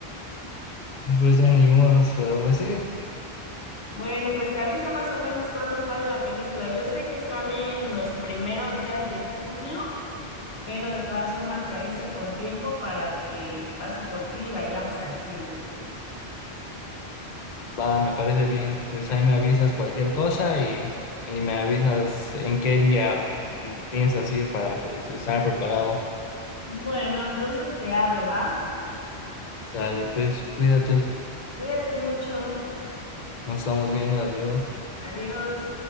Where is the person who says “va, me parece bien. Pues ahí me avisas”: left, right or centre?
Left